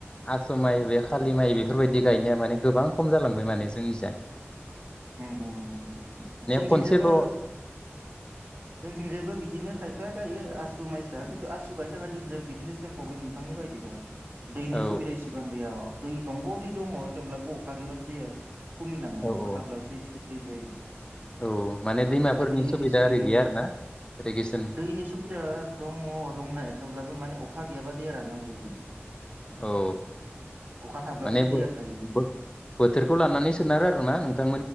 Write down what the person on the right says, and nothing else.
जोंथिंजोबो
जोंथिंजोबो बिदिनो खाय बे गायो आसु माइसा खिन्थु आसु गायनो थाखाय जों बिदिनो सेम प्रब्लेम नोंथांनि बायदिनो दैनि
सुबिदा इसिबां गैया दै दंग' दै दङ थेवब्लाबो अखा गैयबाथ' दैया खमिलाङो
अखा
थाब्लासो दै जायो।
जोंनिथिजा
बै इरिगेसन
दैनि सुबिदा दङ दंनाया थेवब्लाबो माने अखा गैयाबा दैया रानलांजोबो।
अखा थाब्लासो
दैया थायो बिदि